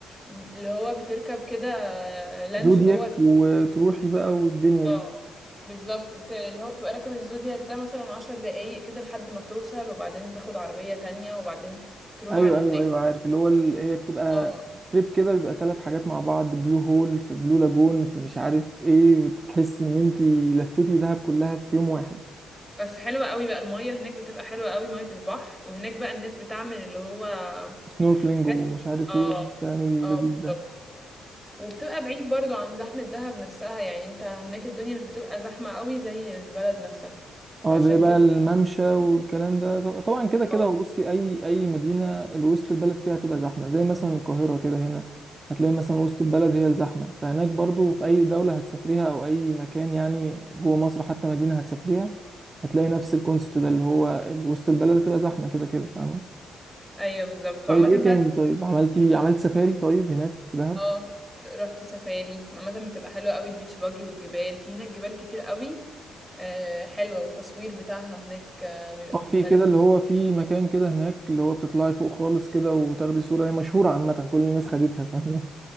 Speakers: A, in the centre; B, on the right.
A: اللي هو بتركب كده آه، لانش
B: زودياك
A: جوه ال-
B: وتروحي بقى والدنيا
A: آه،
B: دي
A: بالظبط بت... اللي هو بتبقى راكب الزودياك ده مثلا عشر دقايق كده لحد ما توصل وبعدين تاخد عربية تانية وبعدين تروح
B: ايوه
A: على هناك
B: ايوه ايوه عارف اللي هو ال- هي بتبقى
A: اه
B: تريب كده بيبقى ثلاث حاجات مع بعض بلو هول في بلو لاجون في مش عارف ايه بتحس ان انت لفيتي دهب كلها في يوم واحد
A: بس حلوة قوي بقى المية هناك بتبقى حلوة قوي مية البحر وهناك بقى الناس بتعمل اللي هو
B: سنوركلينج
A: حاجات
B: ومش عارف
A: اه
B: ايه والكلام اللذيذ
A: اه بالظبط
B: ده
A: وبتبقى بعيد برضو عن زحمة دهب نفسها يعني انت هناك الدنيا مش بتبقى زحمة قوي زي البلد نفسها
B: اه
A: فعشان
B: زي بقى
A: كده
B: الممشى والكلام ده ط- طبعا كده كده
A: اه
B: هو بصي اي اي مدينه الوسط البلد فيها هتبقى زحمه زي مثلا القاهره كده هنا هتلاقي مثلا وسط البلد هي الزحمه فهناك برضو في اي دوله هتسافريها او اي مكان يعني جوه مصر حتى مدينه هتسافريها هتلاقي نفس الكونسبت ده اللي هو ال- وسط البلد هتبقى زحمه كده كده فاهمه
A: ايوه بالظبط
B: طيب
A: وعامة
B: ايه تاني
A: بقى
B: طيب عملتي عملت سفاري طيب هناك في دهب
A: اه رحت سفاري عامة بتبقى حلوة قوي البيتش باجي والجبال في هناك جبال كتير قوي آه حلوة والتصوير بتاعها هناك آه بيبقى
B: اه
A: مختلف
B: في كده اللي هو في مكان كده هناك اللي هو بتطلعي فوق خالص كده وتاخدي صوره هي مشهوره عامه كل الناس خدتها فاهمه